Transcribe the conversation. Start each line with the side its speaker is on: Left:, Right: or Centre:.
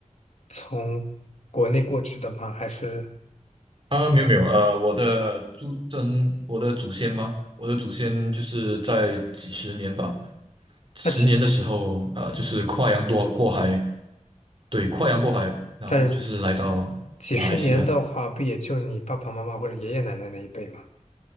Left: 从国内过去的吗？还是
Right: 啊，没有没有，呃，我的祖真，我的祖先吗？我的祖先就是在几十年吧，十年的时候，
Left: 那几，
Right: 呃，就是跨洋多过海，对，跨洋过海，然后就是来到马来西亚。
Left: 但是几十年的话，不也就你爸爸妈妈或者爷爷奶奶那一辈吗？